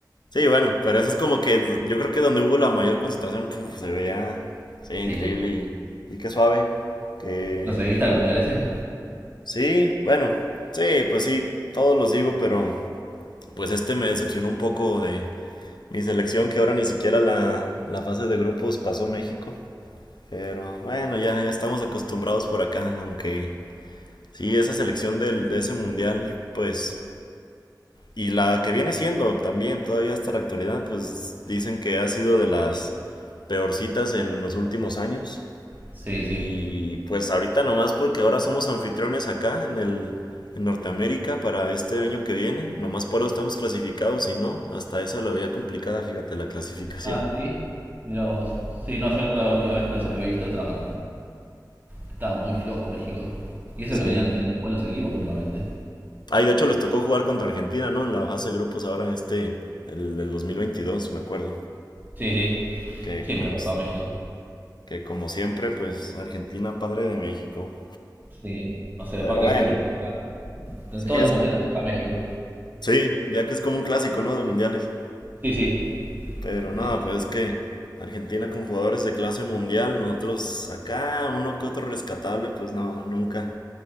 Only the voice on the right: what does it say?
Sí.
¿Lo seguiste al mundial ese?
Sí,
sí.
Ah, sí. Mirá vos. Sí, no, yo la última vez que los había visto estaban, estaban muy flojos México. Y eso
que venían teniendo buenos equipos últimamente.
Sí, sí.
Siempre
nos
toca México.
Sí. No sé,
aparte
siempre nos toca. En
todos
los mundiales toca México.
Sí, sí.
Eh,